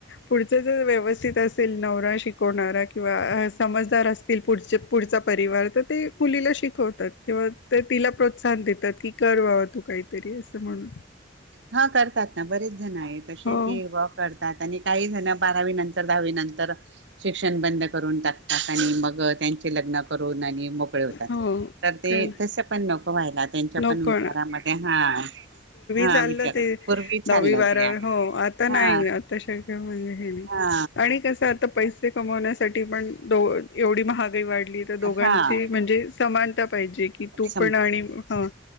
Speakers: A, on the left; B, on the right.
A: पुढचं जर व्यवस्थित असेल नवरा शिकवणारा किंवा समजदार असतील पुढचे पुढचा परिवार तर ते मुलीला शिकवतात किंवा ते तिला प्रोत्साहन देतात की कर व्हावं तु काम. काहीतरी र अस म्हणून
B: हा करतात ना बरेच जण आहेत तसे
A: हो
B: की वा करतात. आणि काही जण बारावी नंतर, दहावी नंतर शिक्षण बंद करून टाकतात आणि मग त्यांचे लग्न करून आणि मोकळे होतात
A: हो
B: तर ते
A: काय
B: तस पण नको व्हायला. त्यांच्या
A: नको
B: पण विचारामध्ये हा हा
A: चाल
B: विचार
A: ते
B: पूर्वी चाललं
A: दहा बारावी
B: ते आता
A: हो आता नाही
B: हा
A: आताशक म्हणजे हे नाही.
B: हा
A: आणि कस आता पैसे कमवण्यासाठी पण दो एवढी महागाई वाढ दोघांची
B: हा
A: म्हणजे समानता पाहिजे की तू
B: सम
A: पण आणि ह